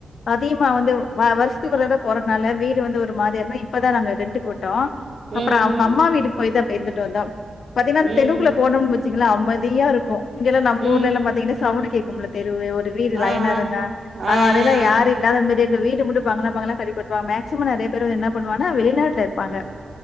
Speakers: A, on the left; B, on the right.
A: அதிகமா வந்து வருஷத்துக்குள்ளற போறதுனால வீடு வந்து ஒரு மாறி இருந்தோ இப்பதா நாங்க ரெண்ட்டுக்கு விட் அப்புறம்
B: ம்
A: அவங்க அம்மா வீட்டுக்கு போய்து அப்ப இருந்துட்டு ட்டந்தா பாத்தீங்கன்னா
B: ம்
A: தெருவுக்குள்ள போணோன்னு வெச் ச்சுங்களா அமைதியா இருக்கு இங்கல்லா நம்ம
B: ம்
A: ஊர்ல எல்லா பாத்தீங்கன்னா சவுண்டு கேக் உம்லதே ஒரு வீடு
B: ஆ
A: லைனா
B: ஆ
A: இருந்தான்
B: ஆ
A: அவங்க அதெல்லாம்
B: ஆ
A: யாரும் இல்லாத மாரியே இங்க வீடு மட்டு பங்களா பங்களாவா கட்டி போட்ருவாங்க மேக்சிமம் நெறைய ந்து என்ன பண்ணுவானா வெளிநாட்டுல இருப்பாங்க